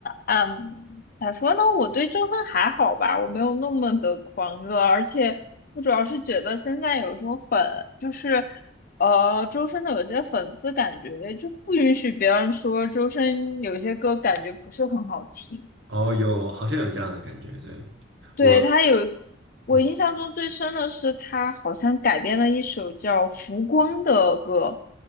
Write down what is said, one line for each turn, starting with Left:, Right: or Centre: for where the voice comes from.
Left: 嗯，咋说呢？我对周深还好吧，我没有那么的狂热，而且我主要是觉得现在有时候粉就是，呃，周深的有些粉丝感觉就不允许别人说周深有些歌感觉不是很好听。
Right: 哦，有，好像有这样的感觉，对，
Left: 对，
Right: 我，
Left: 他有，我印象中最深的是他好像改编了一首叫《浮光》的歌。
Right: 嗯